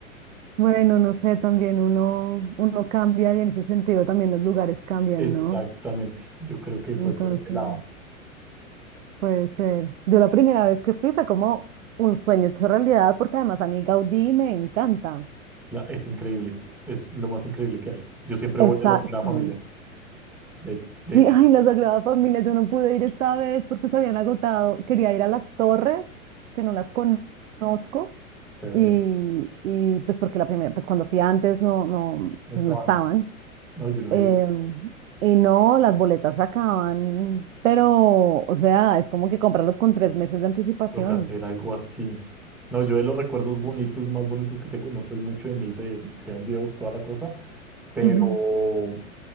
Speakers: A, on the right; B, in the centre.
A: Bueno, no sé, también uno, uno cambia y en ese sentido también los lugares cambian,
B: Exactamente,
A: ¿no?
B: yo creo que fue
A: Entonces,
B: por ese lado.
A: puede ser. Yo la primera vez que fui fue como un sueño hecho realidad porque además a mí Gaudí me encanta.
B: La- es increíble, es lo más increíble que hay. Yo siempre
A: Esa,
B: voy a la Sagrada
A: sí.
B: Familia, de,
A: Sí,
B: de hecho,
A: <laughs> ay, la Sagrada Familia, yo no pude ir esta vez porque se habían agotado. Quería ir a las torres, que no las conozco.
B: eh,
A: Y, y, pues porque la primera, pues cuando fui antes no, no,
B: no
A: pues
B: estaban,
A: no estaban.
B: no, yo no
A: eh,
B: he ido
A: y no, las boletas se acaban, pero, o sea, es como que comprarlas con tres meses de anticipación.
B: Toca hacer algo así. No, yo de los recuerdos bonitos, más bonitos que tengo, no soy mucho de misa y eso, creo en Dios, toda la cosa, pero
A: Ujú.